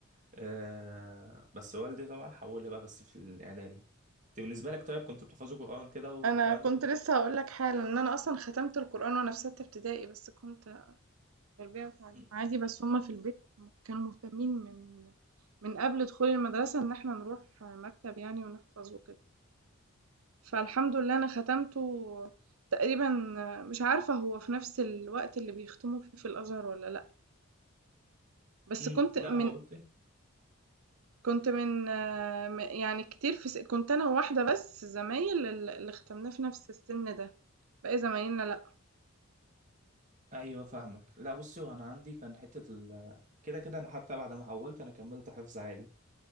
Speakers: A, on the right; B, on the right.
A: آه بس والدي طبعا حول لي بقى بس في الاعدادي انت بالنسبه لك طيب كنت بتحفظوا قران كده والكلام
B: أنا كنت
A: ده
B: لسه هاقول لك حالا إن أنا أصلا ختمت القرآن وأنا في ستة ابتدائي بس كنت تربية وتعليم
A: م-
B: عادي بس هما في البيت كانوا مهتمين من من قبل دخول المدرسة إن احنا نروح مكتب يعني ونحفظ وكده فالحمد لله أنا ختمته تقريبا مش عارفة هو في نفس الوقت اللي بيختموا فيه في الأزهر ولا لأ بس
A: م.
B: كنت
A: لا
B: من
A: هو بصي
B: كنت من آه، م يعني كتير في س كنت أنا وواحدة بس زمايل ال اللي ختمناه في نفس السن ده، باقي زمايلنا لأ،
A: ايوه فاهمك لا بصي وانا عندي كان حته ال كده كده انا حتى بعد ما حولت انا كملت حفظ عادي